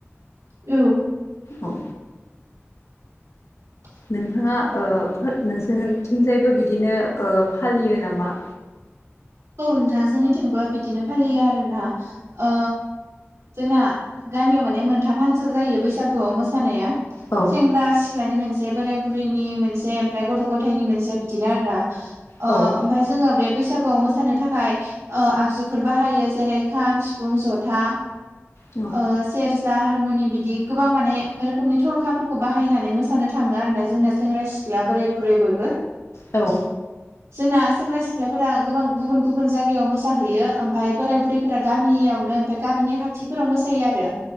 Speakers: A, on the right (about 75°); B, on the left (about 75°).
A: औ
B: औ।
A: <inaudible>
B: नोंथाङा ओ फो नोंसोरथिंजायबो बिदिनो ओ‌ फालियो नामा?
A: औ नोंथां जोंनिथिंबो बिदिनो फालियो आरोना ओ जोंना गामियाव माने मोनथाम हानसो जायो बैसागुआव मोसानाया
B: औ
A: सेंग्रा सि ख्लानि मोनसे, बोराय बुरैनि मोनसे, ओमफ्राय गथ' गथायनि मोनसे बिदिनो आरोना ओ
B: औ
A: ओमफ्राय जोङो बे बैसागुआव मो सानो थाखाय ओ आगजुफोर बाहायो जेरै खाम, सिफुं, जथा
B: औ
A: ओ सेरजा हारमुनि बिदि गोबां माने रोखोमनि थरखाफोरखौ बाहायनानै मोसानो थाङो आरोना जोंना सेंग्रा - सि ख्ला बोराइ - बुरै बयबो
B: औ।
A: जोंना सेंग्रा - सिख्लाफोरा गोबां गुबुन - गुबुन जायगायाव मोसाहैयो ओमफाय बोराइ - बुरैफोरा गामियावनो ओमफाय गामिनि खाथि फोराव मोसायो आरो